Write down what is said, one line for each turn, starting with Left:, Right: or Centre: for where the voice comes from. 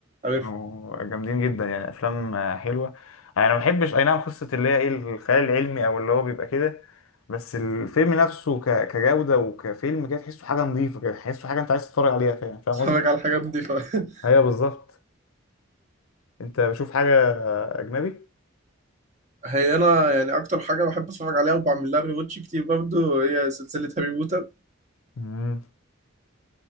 Right: عارف
Left: كانوا جامدين جدا يعني افلام آه، حلوه انا ما بحبش اي نعم قصه اللي هي ايه الخيال العلمي او اللي هو بيبقى كده بس الفيلم نفسه ك- كجوده وكفيلم كده تحسه حاجه نظيفه كده تحسه حاجه انت عايز تتفرج عليها فاهم فاهم
Right: بتتفرج
Left: قصدي
Right: على الحاجات دي ف... <laughs>
Left: ايوه بالظبط انت بشوف حاجة اجنبي
Right: هي انا يعني اكتر حاجه بحب اتفرج عليها وبعمل لها ريواتش كتير برضو هي سلسله هاري بوتر
Left: امم